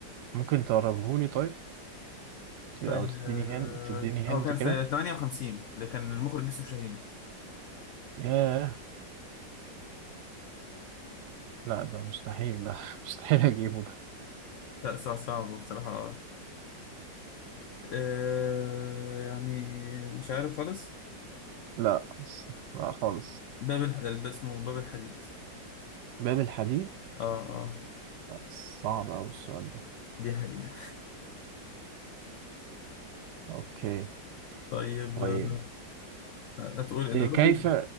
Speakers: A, on the right; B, on the left.
A: ممكن تقربهولي طيب أو
B: أه...
A: تديني هنت تديني
B: هو
A: هنت
B: كان
A: كده
B: في 58 اللي كان المخرج يوسف شاهين
A: ياه لا ده مستحيل لا <laughs> مستحيل أجيبه ده
B: لا صعب صعب بصراحة آه يعني مش عارف خالص
A: لا بس- لا خالص
B: باب الح... الب- اسمه باب الحديد
A: باب الحديد
B: اه اه
A: صعب أوي السؤال ده
B: دي حقيقة
A: أوكي
B: طيب
A: طيب
B: آه، هتقول إيه
A: إيه،
B: ده قول
A: كيف